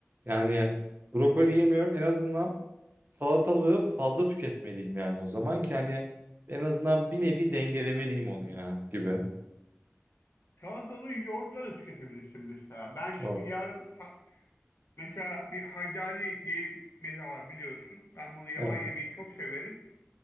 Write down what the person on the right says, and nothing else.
Yani brokoli yemiyorum. En azından salatalığı fazla tüketmeliyim yani o zaman ki hani en azından bir nevi dengelemeliyim onu ya gibi.
Abi,
evet.